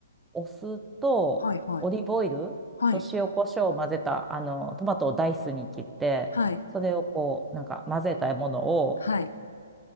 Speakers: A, in the centre; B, on the left.
A: お酢とオリーブオイルと塩コショウを混ぜた、
B: はいはい、はい、
A: あの、トマトをダイスに切って、
B: はい、
A: それをこう、なんか混ぜたものを
B: はい。